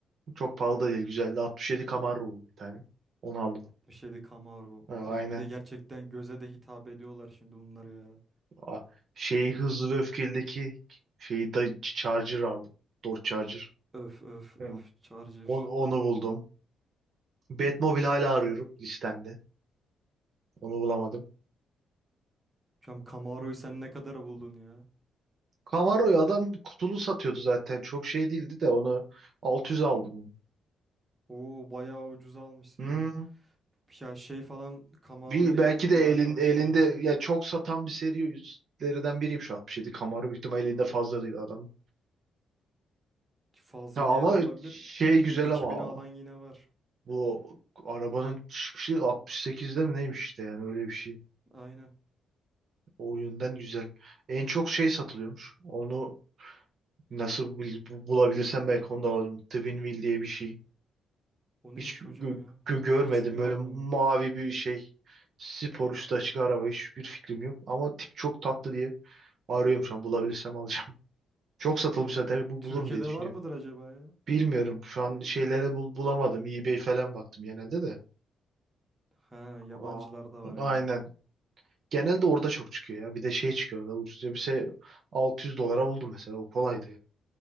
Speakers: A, on the right; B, on the right.
A: Çok pahalı da değil güzeldi. 67 Camaro buldum bir tane. Onu aldım.
B: 67 Camaro.
A: Ha,
B: Ya
A: aynen.
B: bir de gerçekten göze de hitap ediyorlar şimdi bunlar ya.
A: Aa, Şey hızlı ve öfkelideki şeyi da Charger aldım. Dodge Charger.
B: Öf öf
A: Hı.
B: öf Charger.
A: Onu, onu buldum. Batmobile hala arıyorum listemde. Onu bulamadım.
B: Hocam Camaro'yu sen ne kadara buldun ya?
A: Camaro'yu adam kutulu satıyordu zaten. Çok şey değildi de onu 600 aldım. onu.
B: Oo bayağı ucuza almışsın
A: Hmm.
B: ha. Ya şey falan Camaro
A: Bir,
B: ile
A: belki
B: ilgili
A: de
B: bir arkadaşım
A: elin, elinde
B: almıştı.
A: ya çok satan bir serilerden biriyim şu 67. Camaro büyük ihtimal elinde fazla değil adam.
B: Ki Fazla
A: Ya ama
B: diye de olabilir.
A: şey
B: 1000-2000'e
A: güzel ama
B: alan yine var.
A: bu arabanın çıkışı 68'de mi neymiş işte yani öyle bir şey.
B: Aynen.
A: O yönden güzel. En çok şey satılıyormuş. Onu nasıl bil- bu- bulabilirsem belki onu da alırım. Twin diye bir şey.
B: O neymiş
A: Hiç gö-
B: hocam ya?
A: gö- görmedim.
B: Hiç duymadım
A: Böyle mavi
B: onu.
A: bir şey. Spor üstü açık araba. Hiçbir fikrim yok. Ama tip çok tatlı diye arıyorum şu an. Bulabilirsem alacağım. <laughs> Çok satılmış zaten. Bu
B: Türkiye'de
A: bulurum diye düşünüyorum.
B: var mıdır acaba ya?
A: Bilmiyorum. Şu an şeylere bul bulamadım. eBay falan baktım genelde de.
B: Ha yabancılarda
A: Aa,
B: var yani.
A: aynen. Genelde orada çok çıkıyor ya. Bir de şey çıkıyor. orada Ucuz elbise 600 dolara buldum mesela. O kolaydı